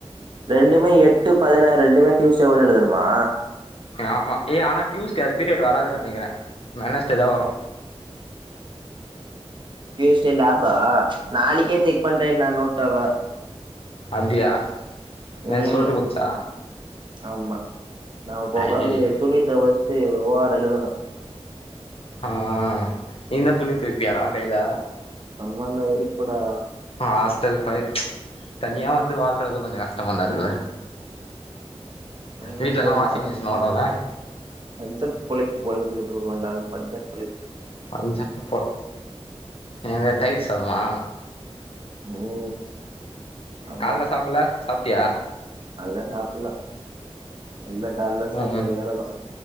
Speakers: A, on the right (about 45°); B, on the left (about 60°).
A: ரெண்டுமே எட்டு பதினாறு ரெண்டுமே ட்யூஸ் டேக்குள்ள எழுதணுமா
B: ஏ ஆமா ஏ ஆனா டியூஸ்டே அது பீரியட் வராதுன் நெனைக்கிறே வெனஸ்டே தா வரு
A: டியூஸ்டே லபா நாளைக்கே செக் பண்றே நான்வனு வுட்டாவ
B: அப்டியா என்ன
A: ம்
B: சொல்ட்டு போச்சா
A: ஆமா நா இப்போ
B: ஐய்யய்ய
A: உக்காந்து துணி தொவச்ட்டு ஓ ஆர் எழுதனு
B: ஆ நீதா துணி தொவப்பியாடா கைல
A: அம்மா இருந்தா வெரிக்குடா
B: ஆ ஹாஸ்டல் பய தனியா வந்து வாழ்றது கொஞ்சோ கஷ்டமா தா இருக்குல்ல
A: அவனுன்றது
B: வீட்லல்லா வாஷிங் மிஷின் ஓடுல
A: பஞ்ச பொழைப்பு பொழஞ்சிட்ருக்கோ இந்நாள் பஞ்ச பொழைப்பு
B: பஞ்சாப் போ என்ன தயிர் சாதமா
A: ம் ஆமா
B: கால்ல சாப்புல்ல சாப்ட்டியா
A: நல்லா சாப்பிட்லா இல்ல கால்ல சாப்பாடு
B: ம் ம்
A: எர தா